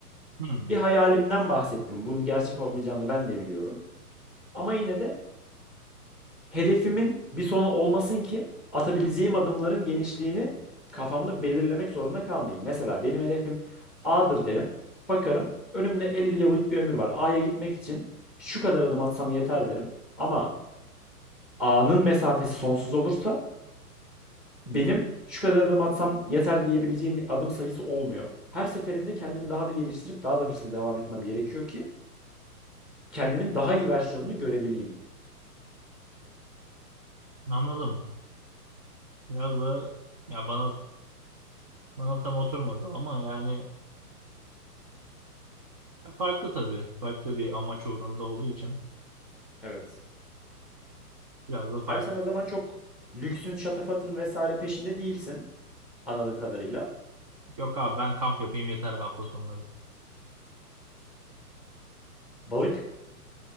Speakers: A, on the right; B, in the centre.
A: Hmm,
B: Bir hayalimden bahsettim. Bunun gerçek olmayacağını ben de biliyorum. Ama yine de hedefimin bir sonu olmasın ki atabileceğim adımların genişliğini kafamda belirlemek zorunda kalmayayım. Mesela benim hedefim A'dır derim. Bakarım önümde 50 yıllık bir ömür var. A'ya gitmek için şu kadar adım atsam yeter derim. Ama A'nın mesafesi sonsuz olursa benim şu kadar adım atsam yeter diyebileceğim bir adım sayısı olmuyor. Her seferinde kendimi daha da geliştirip daha da hırslı devam etmem gerekiyor ki kendimin daha iyi versiyonunu görebileyim.
A: anladım. Biraz da ya bana Bana tam oturmadı ama yani ya farklı tabii. Farklı bir amaç uğrunda olduğu için
B: Evet.
A: biraz da farklı.
B: Abi sen o zaman çok lüksün, şatafatın vesaire peşinde değilsin. Anladığım kadarıyla.
A: Yok abi ben kamp yapayım yeter hafta sonları.
B: Balık?